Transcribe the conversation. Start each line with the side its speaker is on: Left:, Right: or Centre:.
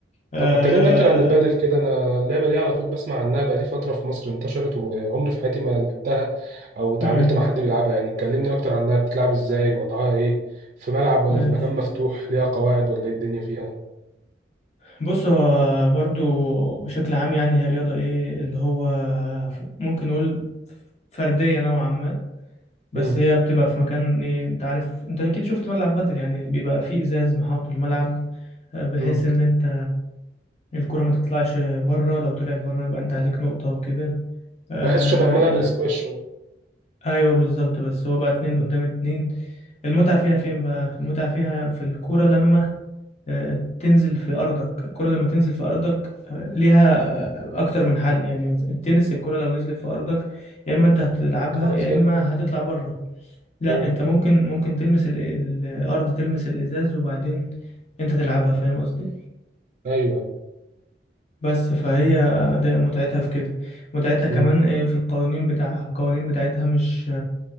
Left: آه...
Right: طب ما اتكلمنا اكتر عن البادل كده انا اللعبه دي على طول بسمع عنها بقالي فتره في مصر انتشرت وعمري في حياتي ما لعبتها او اتعاملت
Left: امم
Right: مع حد بيلعبها يعني كلمني اكتر عنها بتلعب ازاي وضعها ايه في ملعب ولا
Left: ماشي
Right: في مكان مفتوح ليها قواعد ولا ايه الدنيا فيها
Left: بص هو برضو بشكل عام يعني هي رياضة ايه اللي هو ف- ممكن نقول فردية نوعا ما بس
Right: مم.
Left: هي بتبقى في مكان ايه انت عارف انت اكيد شفت ملعب بدل يعني بيبقى فيه ازاز محاوط الملعب آه، بحيث
Right: مم.
Left: ان انت الكرة ما تطلعش بره لو طلعت بره يبقى انت عليك نقطة وكده آه
Right: بحس شبه ملعب الاسكواش
Left: ايوه بالظبط بس هو بقى اتنين
Right: شويه
Left: قدام اتنين المتعة فيها فين بقى المتعة فيها في الكرة لما آه، تنزل في ارضك الكرة لما تنزل في ارضك آه، ليها آه، اكتر من حل يعني التنس الكرة لو نزلت في ارضك يا اما انت هتلعبها
Right: مم. خلاص
Left: يا
Right: كده
Left: اما هتطلع بره لا
Right: مم.
Left: انت ممكن ممكن تلمس ال- ال- الارض تلمس الازاز وبعدين انت تلعبها فاهم قصدي
Right: ايوه ايوه
Left: بس فهي ده متعتها في كده متعتها كمان
Right: مم.
Left: إيه، في القوانين بتاعها القوانين بتاعتها مش